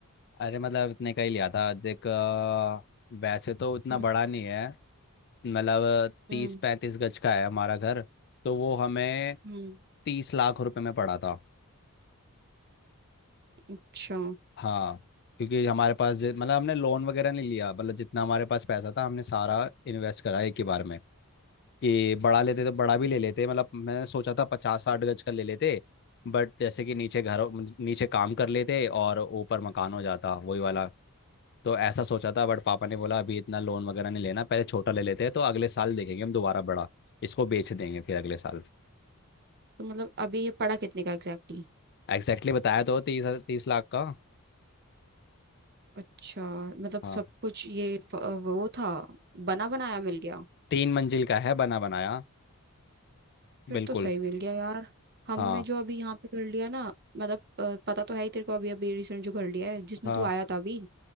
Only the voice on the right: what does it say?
हम्म
हम्म
हम्म,
अच्छा
तो मतलब अभी ये पड़ा कितने का एग्जैक्टली
अच्छा मतलब
सब कुछ ये फ- वो था बना बनाया मिल गया
फिर
तो सही मिल गया यार हमने
जो अभी यहाँ पे कर लिया ना मतलब अ, पता तो है ही तेरे को अभी अभी रिसेंट जो कर लिया है जिसमें
तू आया था अभी